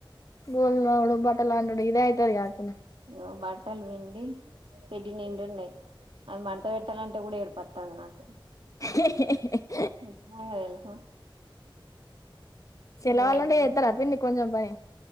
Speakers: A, on the left; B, on the right.
A: బోల్ తోముడు బట్టలు పిండుడు ఇదే అయితది గా పిన్ని
B: ఓ బట్టలు పిండి పెడి నిండున్నాయి అవి మడత పెట్టాలంటే కూడా ఏడుపొస్తుంది నాకు.
A: <unintelligible>
B: ఎన్నా తెలుసా
A: చెల్లె
B: ఘోరం
A: వాళ్ళనే చేస్తారా పిన్ని కొంచెం పని